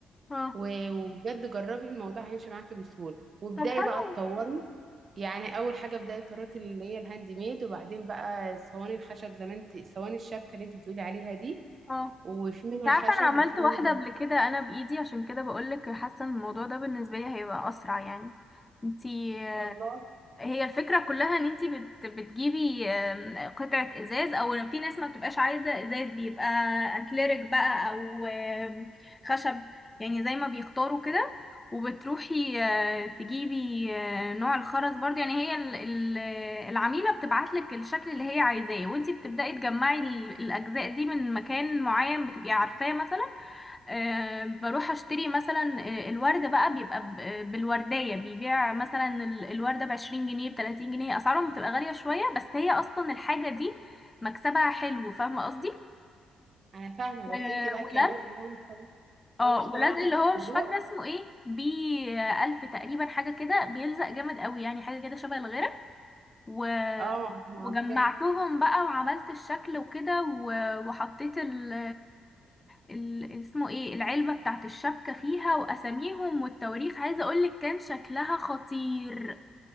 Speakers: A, on the left; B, on the right.
A: اه
B: و- وبجد جربي الموضوع هيمشي معاكي بسهوله وابداي
A: طب حلو
B: بقى تطوري يعني اول حاجه ابداي الطرات اللي هي الهاند ميد وبعدين بقى صواني الخشب زي ما انت صواني الشبكه اللي انت بتقولي عليها دي
A: اه
B: وفي منها
A: انت
B: خشب
A: عارفه انا عملت
B: وفي منها
A: واحده قبل كده انا بايدي عشان كده بقول لك حاسه ان الموضوع ده بالنسبه لي هيبقى اسرع يعني انتي
B: والله
A: هي الفكرة كلها ان انتي بت بتجيبي آم، قطعة ازاز او في ناس ما بتبقاش عايزة ازاز بيبقى اكليريك بقى او آم، خشب يعني زي ما بيختاروا كده وبتروحي آه، تجيبي آه، نوع الخرز برضه يعني هي ال- ال- العميلة بتبعتلك الشكل اللي هي عايزاه وانتي بتبدأي تجمعي ال- الأجزاء دي من مكان معين بتبقي عارفاه مثلا آه، بروح اشتري مثلا آه، الورد بقى بيبقى ب- آه، بالوردية بيبيع مثلا ال- الوردة بعشرين جنيه بتلاتين جنيه اسعارهم بتبقى غالية شوية بس هي اصلا الحاجة دي مكسبها حلو فاهمة قصدي
B: انا فاهمه
A: آه،
B: بس انت بقى
A: ولاد
B: كمان لو اشتغلت
A: اه
B: لو اشتغلت
A: ولاد اللي
B: في
A: هو مش
B: الموضوع
A: فاكرة اسمه ايه بي آه، ألف تقريبا حاجة كده بيلزق جامد قوي يعني حاجة كده شبه الغيرة و...
B: اه
A: وجمعتهم
B: عارفاه
A: بقى وعملت الشكل وكده و... وحطيت ال... ال... اسمه ايه العلبة بتاعت الشبكة فيها واساميهم والتواريخ عايزة اقولك كان شكلها خطير